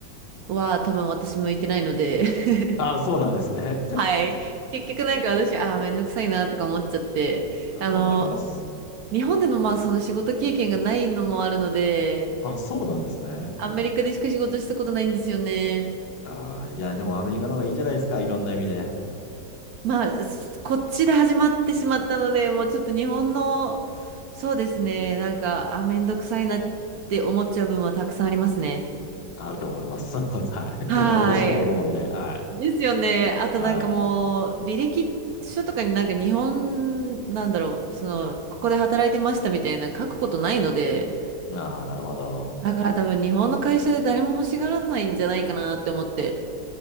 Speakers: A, on the right; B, on the left.
A: は多分私向いてないので、<laughs>
B: あ、そうなんですね。
A: はい。結局なんか私、ああ、めんどくさいなとか思っちゃって、
B: あわかります。
A: あの、日本でのまあその仕事経験がないのもあるので、
B: あ、そうなんですね。
A: アメリカでしか仕事したことないんですよね。
B: あー、いや、でもアメリカの方がいいじゃないですか、いろんな意味で。
A: まあ、すこっちで始まってしまったので、もうちょっと日本の、そうですね、なんか、あ、めんどくさいなって思っちゃう部分はたくさんありますね。
B: あると思います。<laughs> はい。
A: はーい。
B: もう私も思うんで、は
A: ですよね。あとなんかもう、
B: い。は
A: 履歴書とかになんか日本、なんだろう、その、ここで働いてましたみたいな書くことないので、
B: い。ああ、なるほど。
A: だから多分日本の会社で誰も欲しがらないんじゃないかなって思って、っ